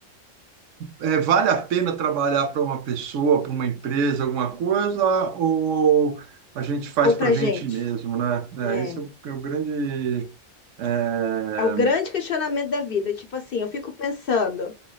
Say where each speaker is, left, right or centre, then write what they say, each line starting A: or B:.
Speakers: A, on the right (about 70°); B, on the left (about 55°).
A: é, vale a pena trabalhar para uma pessoa, para uma empresa, alguma coisa, ou a gente faz
B: Ou
A: para
B: pra
A: a gente
B: gente.
A: mesmo, né?
B: É.
A: É, esse é o, é o grande. é,
B: É o grande questionamento da vida. Tipo assim, eu fico pensando,